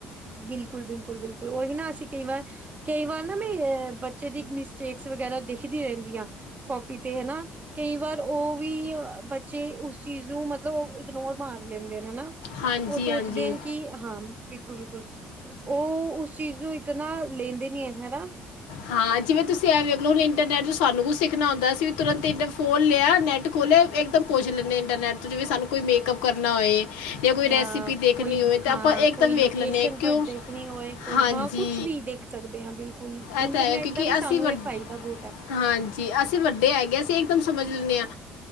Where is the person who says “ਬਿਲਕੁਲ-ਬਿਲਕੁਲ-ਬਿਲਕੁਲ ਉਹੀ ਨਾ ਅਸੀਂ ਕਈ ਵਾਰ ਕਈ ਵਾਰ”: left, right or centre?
Right